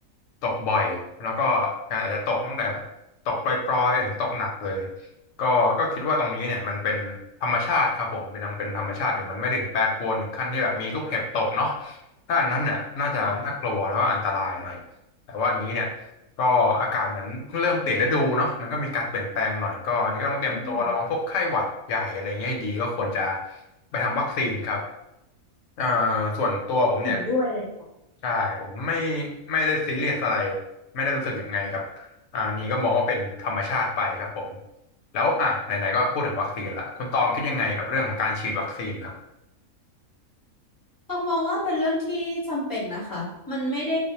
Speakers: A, on the left; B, on the left.
A: ตกบ่อยแล้วก็อาจจะตกตั้งแต่แบบตกปล่อยๆถึงตกหนักเลยก็ก็คิดว่าตรงนี้เนี่ยมันเป็นธรรมชาติครับผมเป็นยังเป็นธรรมชาติอยู่มันไม่ถึงแปรปรวนถึงขั้นที่แบบมีลูกเห็บตกเนาะ ถ้าอันนั้นเนี่ยน่าจะน่ากลัวแล้วก็อันตรายหน่อยแต่ว่าอันนี้เนี่ย
B: ค่ะ
A: ก็อากาศเหมือนเพิ่งเริ่มเปลี่ยนฤดูเนาะมันก็มีการเปลี่ยนแปลงหน่อยก็อันนี้ก็ต้องเตรียมตัวระวังพวกไข้หวัดใหญ่อะไรเงี้ยให้ดีก็ควรจะ
B: อืม
A: ไปทำวัคซีนครับเอ่อส่วนตัวผมเนี่ย
B: เห็นด้วยเลย
A: ใช่ผมไม่ไม่ได้ซีเรียสอะไรไม่ได้รู้สึกยังไงกับอ่าอันนี้ก็มองว่าเป็นธรรมชาติไปครับผมแล้วอ่ะไหนๆก็พูดถึงวัคซีนละคุณตองคิดยังไงกับเรื่องของการฉีดวัคซีนครับ
B: ต้องมองว่าเป็นเรื่องที่จำเป็นนะคะ มันไม่ได้